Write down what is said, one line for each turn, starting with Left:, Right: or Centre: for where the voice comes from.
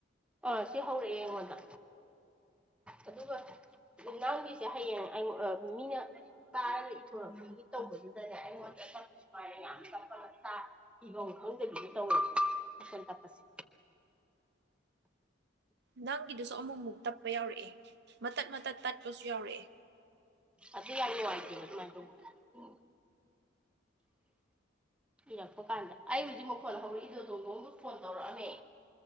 Centre: ꯑꯥ ꯁꯤ ꯍꯧꯔꯛꯑꯦ ꯑꯩꯉꯣꯟꯗ ꯑꯗꯨꯒ ꯅꯪꯒꯤꯁꯦ ꯍꯌꯦꯡ ꯑꯩꯉꯣ ꯃꯤꯅ ꯇꯥꯔꯒ ꯏꯊꯣꯔꯛꯃꯤꯒꯤ ꯇꯧꯕꯗꯨꯗꯅꯦ ꯑꯩꯉꯣꯟꯗ ꯇꯞꯐꯤ ꯁꯨꯃꯥꯏꯅ ꯌꯥꯝꯄ ꯇꯞꯄꯒꯥ ꯇ ꯏꯕꯝ ꯈꯪꯗꯕꯤꯗꯦ ꯇꯧꯋꯦꯕ ꯑꯩꯈꯜ ꯇꯞꯄꯁꯦ
Right: ꯅꯪꯒꯤꯗꯨꯁꯨ ꯑꯃꯨꯛꯃꯨꯛ ꯇꯞꯄ ꯌꯥꯎꯔꯛꯑꯦ ꯃꯇꯠ ꯃꯇꯠ ꯇꯠꯄꯁꯨ ꯌꯥꯎꯔꯛꯑꯦ
Centre: ꯑꯗꯨ ꯌꯥꯝ ꯅꯨꯡꯉꯥꯏꯇꯦꯕ ꯑꯗꯨꯃꯥꯏꯅ ꯇꯧꯕ ꯎ ꯏꯔꯛꯄ ꯀꯥꯟꯗ ꯑꯩ ꯍꯧꯖꯤꯛ ꯃꯈꯣꯟ ꯍꯧꯔꯛꯏꯗꯣ ꯇꯣꯡ ꯗꯣꯡꯗꫭꯡ ꯗꫭ ꯐꯣꯟ ꯇꯧꯔꯛ ꯑꯃꯦ